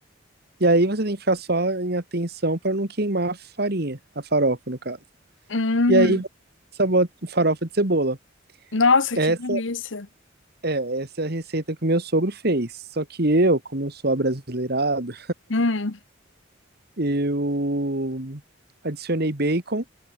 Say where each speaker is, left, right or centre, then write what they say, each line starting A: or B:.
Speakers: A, on the right; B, on the left.
A: E aí você tem que ficar só em atenção para não queimar a farinha, a farofa, no caso.
B: hum.
A: E aí sabota farofa de cebola.
B: Nossa,
A: Essa
B: que delícia.
A: é, essa é a receita que o meu sogro fez. Só que eu, como eu sou abrasileirado,
B: Hum,
A: eu adicionei bacon